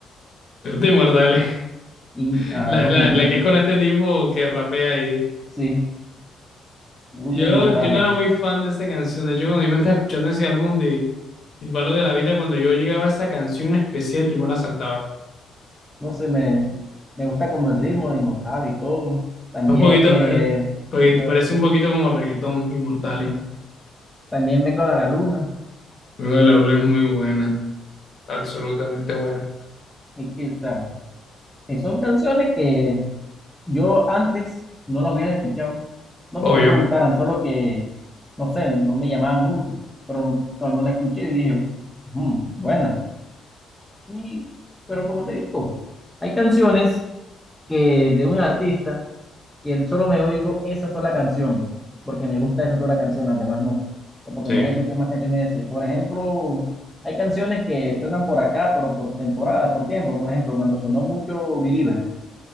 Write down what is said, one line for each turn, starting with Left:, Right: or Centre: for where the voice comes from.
Left: Te muerta, dale. <laughs>
Centre: y ah,
Left: La, la,
Centre: me gusta,
Left: la
Centre: In-
Left: que es con este tipo que rapea ahí.
Centre: sí, me gusta
Left: Yo,
Centre: Inmortales.
Left: yo no era muy fan de esta canción. De hecho, cuando yo me estaba escuchando ese álbum de El valor de la vida, cuando yo llegaba a esa canción en especial, yo me la saltaba.
Centre: No sé, me, me gusta como el ritmo de Inmortales y todo. También,
Left: Es un poquito,
Centre: eh,
Left: eh, porque
Centre: yo,
Left: parece un poquito como reggaetón, Inmortales.
Centre: sí, también vengo de la luna.
Left: Luego del álbum es muy buena, absolutamente buena.
Centre: Y que, o sea, que son canciones que Yo antes no los hubiera escuchado, no
Left: Obvio.
Centre: porque no me gustaran, solo que, no sé, no me llamaban mucho, pero cuando la escuché dije, "Ujú, buena. Y, pero como te digo, hay canciones que de un artista que él solo me oigo esa sola canción, porque me gusta esa sola canción, las demás no, o porque
Left: Sí.
Centre: no haya escuchado más canciones de ese. Por ejemplo, hay canciones que suenan por acá, pero por temporada, por tiempo, por ejemplo, cuando sonó mucho Believer.